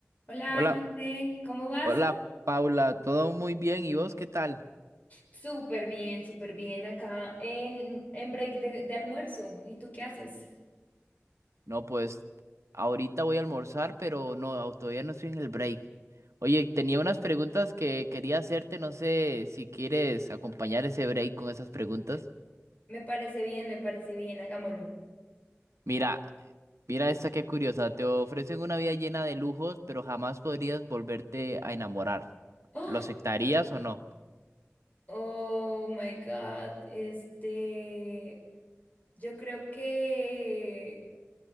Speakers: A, on the left; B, on the right.
A: Hola,
B: Hola,
A: José, ¿cómo vas?
B: hola Paula, todo muy bien, ¿y vos qué tal?
A: Súper bien, súper bien acá en, en break de, de almuerzo. ¿Y tú qué haces?
B: No, pues ahorita voy a almorzar, pero no, todavía no estoy en el break. Oye, tenía unas preguntas que quería hacerte, no sé si quieres acompañar ese break con esas preguntas.
A: Me parece bien, me parece bien, hagámoslo.
B: Mira, mira esta qué curiosa, te ofrecen una vida llena de lujos, pero jamás podrías volverte a enamorar.
A: ¡Oh!
B: ¿Lo aceptarías o no?
A: Oh my God, este, yo creo que